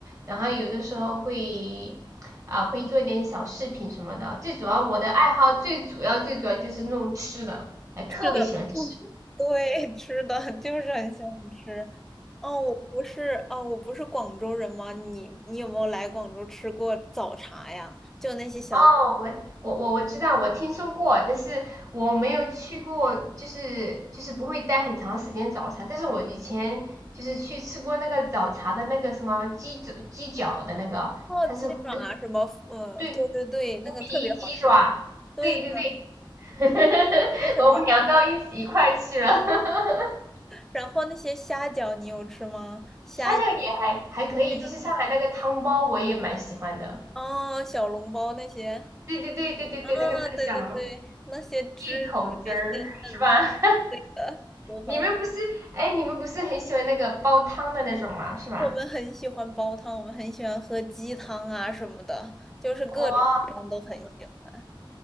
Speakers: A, on the right; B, in the centre.
A: 然后有的时候会啊、会做一点小饰品什么的。最主要我的爱好最主要最主要就是弄吃的，哎，特别喜欢吃。
B: 是的，<laughs> 嗯对，吃的，就是很想吃。哦，我不是，哦，我不是广州人吗？你你有没有来广州吃过早茶呀？就那些小
A: 哦，我我我我知道，我听说过，但是我没有去过，就是就是不会待很长时间早茶。但是我以前就是去吃过那个早茶的那个什么鸡脚鸡脚的那个，
B: 哦，
A: 它是胡
B: 鸡爪啊，什么，嗯，
A: 对
B: 对对对，那个特别好吃。
A: 胡皮鸡爪，
B: 对的，
A: 对对对，<laughs>
B: 为什么？
A: 我们聊到一一块去了。<laughs>
B: 然后那些虾饺你有吃吗？虾
A: 虾饺也还还可以，就是上海那个汤包我也蛮喜欢的。
B: 嗯哦，小笼包那些，
A: 对对对对对对，
B: 啊，
A: 那个太香了，
B: 对对对，那些汁特别鲜嫩，
A: 一口汁儿是吧？<laughs>
B: 对的，很好。
A: 你们不是，哎，你们不是很喜欢那个煲汤的那种吗？是吧？
B: 我们很喜欢煲汤，我们很喜欢喝鸡汤啊什么的，就是各种汤都很喜欢。
A: 哇，